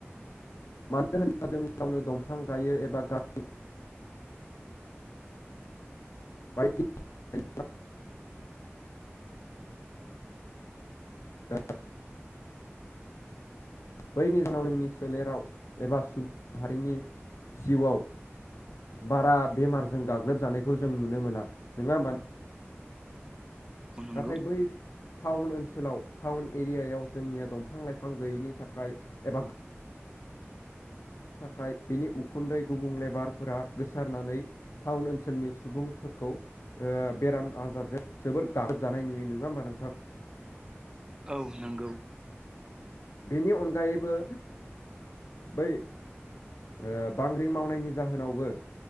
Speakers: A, on the left; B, on the right.
A: मानो होनबा जों गावनो दंफां गायो एबा गा बायदि बायदि रोखोमनि बैनि जाहोनाव जोंनि सोलेराव एबा सुबुं माहारिनि जिउआव बारा बेमारजों गाग्लोबजानायखौ जों नुनो मोना नंङा होमबा नोंथां।
B: नंगौ
A: नाथाय
B: औ
A: बै टाउन ओनसोलाव टाउन एरियायाव जोंनिया दंफां लाइफां गैयिनि थाखाय एबा थाखाय बिनि उखुन्दै गुबुंले बारफोरा गोसारनानै टाउन ओनसोलनि सुबुंफोरखौ ओ बेराम आजारजों जोबोर गाग्लोबजानाय नुयो नंङा होमबा नोंथां।
B: नंगौ औ नंगौ
A: बेनि अनगायैबो बै ओ बांग्रि मावनायनि जाहोनावबो